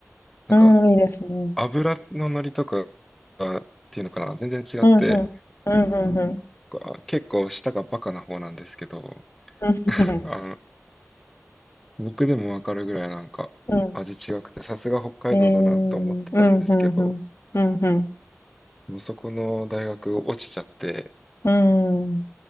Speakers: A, in the centre; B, on the left (about 70°).
A: なんか
B: うん。うん、いいですね。
A: 油の乗りとかっていうのかな、全然違って、
B: うん、うん。うん、うん、うん。
A: あ結構舌がバカな方なんですけど、
B: うん、
A: <laughs>
B: うん、
A: あの、僕でもわかるぐらいなんか味違くて、
B: うん。うん。
A: さすが北海道だなと思ってたんですけど、
B: えー、うん、うん、うん。うん、うん。
A: もうそこの大学落ちちゃって、
B: うん。